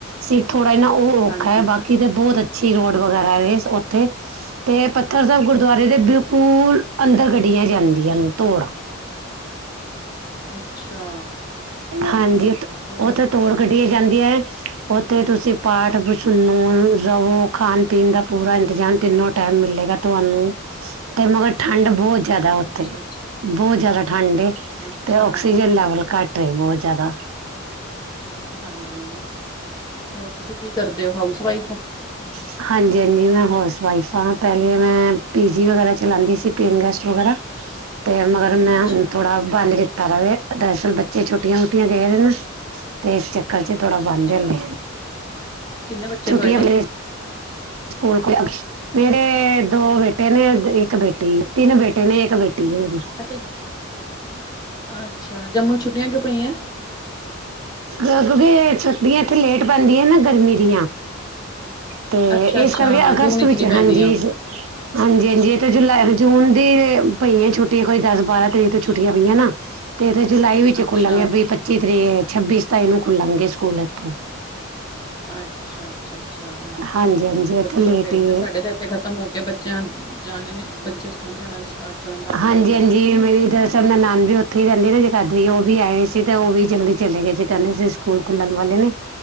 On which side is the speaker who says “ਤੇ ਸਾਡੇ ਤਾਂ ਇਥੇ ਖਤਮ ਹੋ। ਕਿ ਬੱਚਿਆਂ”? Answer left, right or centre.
Left